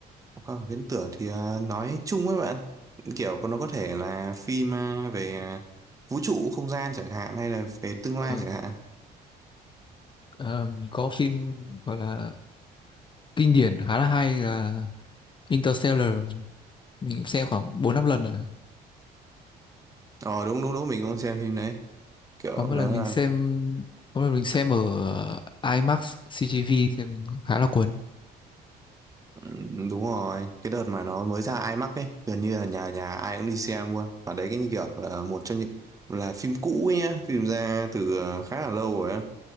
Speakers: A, on the right (about 20°); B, on the left (about 30°).
A: khoa học viễn tưởng thì ờ, nói chung ấy bạn kiểu nó có thể là phim ờ, về ờ, vũ trụ không gian chẳng hạn hay là về tương lai
B: Ờ,
A: chẳng hạn
B: ờm, có phim gọi là kinh điển khá là hay là Interstellar mình cũng xem khoảng bốn năm lần rồi
A: ờ đúng đúng đúng mình cũng xem phim đấy kiểu
B: có một
A: nó
B: lần
A: là
B: mình xem có một lần mình xem ở ờ, IMAX CGV xem khá là cuốn
A: ừm, đúng rồi cái đợt mà nó mới ra IMAX ấy gần như là nhà nhà ai cũng đi xem luôn và đấy cái như kiểu là một trong những là phim cũ ấy nhá phim ra từ ờ, khá là lâu rồi á